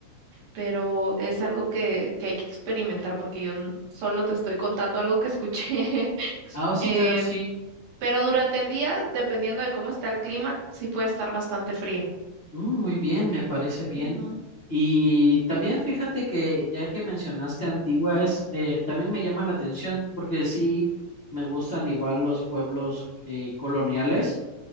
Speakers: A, on the right; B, on the left.
A: pero es algo que, que hay que experimentar porque yo n- solo te estoy contando algo que escuché. <laughs>
B: Ah, oh, sí,
A: Eh,
B: claro, sí.
A: pero durante el día, dependiendo de cómo está el clima, sí puede estar bastante fría.
B: Mm, muy bien, me parece bien.
A: Ujú.
B: Y también fíjate que ya que mencionaste Antigua, es, eh, también me llama la atención porque sí me gustan igual los pueblos eh, coloniales.